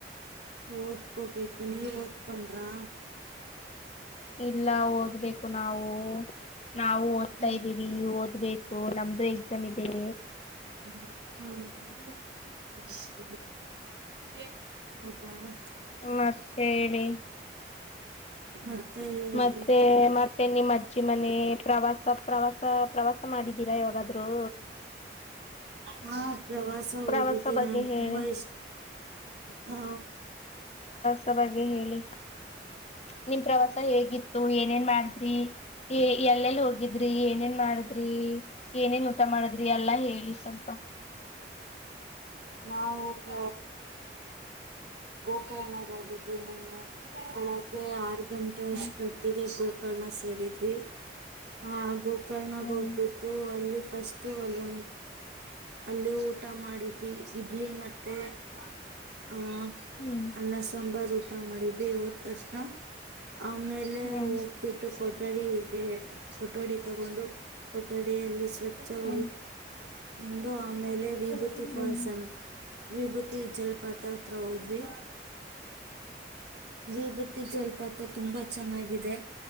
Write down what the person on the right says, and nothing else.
ಓದ್ಕೋಬೇಕು ನೀವ್ ಓದ್ಕೊಂಡ್ರ
ಹ್ಮ್
ಹ್ಮ ಹ್ಮ್ <unintelligible>
ಮತ್ತೆ ಹೇಳ್ಬೇಕು
ಹಾ ಪ್ರವಾಸ
ಹೋಗಿದ್ದೆ
ನಂಗೆ
ತುಂಬಾ ಇಷ್ಟ ನಾ
ನಾವುಸ ಗೋಕರ್ಣಗ್ ಹೋಗಿದ್ ಮೊನ್ನೆ ಬೆಳಗ್ಗೆ ಆರು ಗಂಟೆ
ಅಷ್ಟು ಗತ್ತಿಗೆ ಸೇರಿದ್ವಿ ಹ ಹಾಗು ಕರ್ಣಗ್
ಹೋಗ್ಬಿಟ್ಟು ಅಲ್ಲಿ ಫಸ್ಟ್ ಅಲ್ ಒಂದು ಅಲ್ಲಿ ಊಟ ಮಾಡಿದ್ವಿ ಇಡ್ಲಿ ಮತ್ ಹ್ಮ
ಅನ್ನಸ ಸಾಂಬಾರ ಊಟ ಮಾಡಿದ್ದ ಹದ ತಕ್ಷಣ ಆಮೇಲೆ
ಹೋಗ್ಬಿಟ್ಟು ಕೊಟ್ಟ ಕೊಠಡಿಗೆ ಕೊಠಡಿ ತಗೊಂಡು ಕೊಠಡಿಯಲ್ಲಿ ಸ್ವಚ್ ಚಗ
ಹ್ಮ ಆಮೇಲೆ ವಿಭೂತಿ
ಫಾಲ್ಸನ್
ವಿಭೂತಿ ಜಲಪಾತ ಹತ್ರ ಹೋದ ಹ್ಮ ವಿಭೂತಿ ಜಲಪಾತ ತುಂಬಾ ಚೆನ್ನಾಗಿದೆ